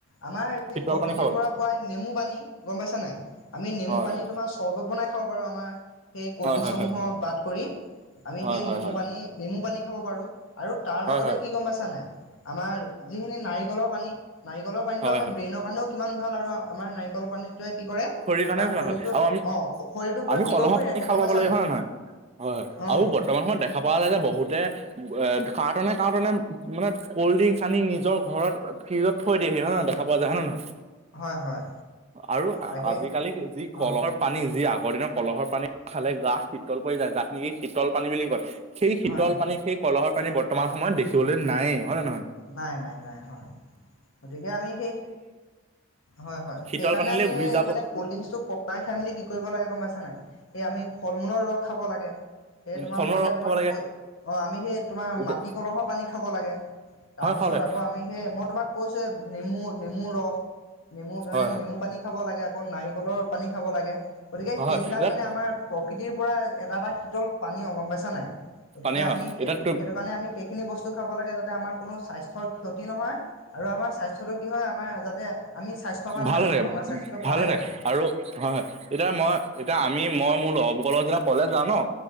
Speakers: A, on the left; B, on the right.
A: আমাৰ
B: শীতল
A: এই প্ৰকৃতিৰ
B: পানী খাব
A: পৰা
B: লাগে
A: পোৱা নেমু পানী গম পাইছা নাই আমি নেমু
B: হয়
A: পানী
B: হয়
A: তোমাৰ চৰ্বত বনাই খাব পাৰো আমাৰ সেই ক'ল্ড
B: হয়
A: ড্ৰিংকছসমূহৰ
B: হয়
A: বাদ কৰি
B: হয়
A: আমি সেই
B: হয়
A: নেমু
B: হয়
A: পানী নেমু পানী খাব পাৰোঁ। আৰু তাৰ
B: হয়
A: লগতে
B: হয় হয়
A: কি গম পাইছা নাই? আমাৰ যিখিনি নাৰিকলৰ পানী নাৰিকলৰ পানীটো
B: হয়
A: আমাৰ
B: হয়
A: ব্ৰেইনৰ কাৰণেও কিমান ভাল আৰু আমাৰ নাৰিকলৰ পানীত কি কৰে
B: শৰীৰ কাৰণেও
A: আমাৰ
B: কিমান
A: শৰীৰটো
B: হ'ল আৰু আমি
A: অ শৰীৰটো পুৰা
B: আমি
A: শীতল
B: কলহৰ
A: কৰি
B: পানী
A: ৰাখে
B: খাব
A: গম
B: পাব
A: পাইছা
B: লাগে
A: নাই?
B: হয় নে হয় হয়
A: অ
B: আৰু বৰ্তমান সময়ত দেখা পোৱা যায় যে বহুতে কাৰ্টনে কাৰ্টনে মানে কল্ড ড্ৰিংকচ আনি নিজৰ ঘৰত ফ্ৰিজত থৈ দিয়েহি হয় নহ খাবা যা হয় নহয়!
A: হয় হয়।
B: আৰু
A: তাকে
B: আজিকালি যি কলৰ
A: অ
B: পানী যি আগৰ দিনৰ কলহৰ পানী খালে গা হিতল পৰি যায় যাক নেকি হিতল পানী বুলি কয়। সেই শীতল
A: হয় হয়
B: পানী সেই কলহৰ পানী বতমান সময়ত দেখিবলৈ নায়েই। হয় নে নহয়
A: নাই নাই নাই হয়। গতিকে আমি সেই হয় হয়
B: শীতল
A: সেইকাৰণে
B: পানীলৈ
A: আমি
B: ঘূৰি
A: সেই
B: যাব
A: মানে কল্ড ড্ৰিংকটো কমাই খাই মেলি কি কৰিব লাগে গম পাইছা নাই, এই আমি ফল মূলৰ ৰস খাব লাগে। সে তোমাক
B: ফল
A: মই
B: মূল
A: এতিয়া
B: ৰস
A: তোমাক
B: খাব
A: কৈ অ আমি সেই তোমাৰ
B: লাগে
A: মাটিকলহৰ পানী খাব লাগে। তাৰ
B: হয়
A: পিছত
B: খাবলৈ
A: আকৌ আমি সেই মই তোমাক কৈছো নেমু নেমু ৰস নেমু মানে
B: হয় হয়
A: নেমু পানী খাব লাগে আকৌ নাৰিকলৰ পানী খাব লাগে। গতিকে
B: হয়
A: সেইবিলাক
B: হয় এটাত
A: মানে আমাৰ প্ৰকৃতিৰ পৰা এটা এটা শীতল পানী গম পাইছা নাই? গতিকে
B: পানী হয়
A: আমি
B: এতিয়া
A: সেই সেইটো
B: তোৰ
A: কাৰণে আমি সেইখিনি বস্তু খাব লাগে যাতে আমাৰ কোনো স্বাস্থ্যৰ ক্ষতি নহয়। আৰু আমাৰ স্বাস্থ্যটো কি হয় আমাৰ যাতে আমি স্বাস্থ্যৱান
B: ভাল
A: হৈ থাকো
B: থাকে
A: আমাৰ স্বাস্থ্যটো
B: ভাল
A: ভালে
B: হৈ
A: থাকে।
B: আৰু হয় হয় এতিয়া মই এতিয়া আমি মই মোৰ লগ কলেজ যাওঁ নহ,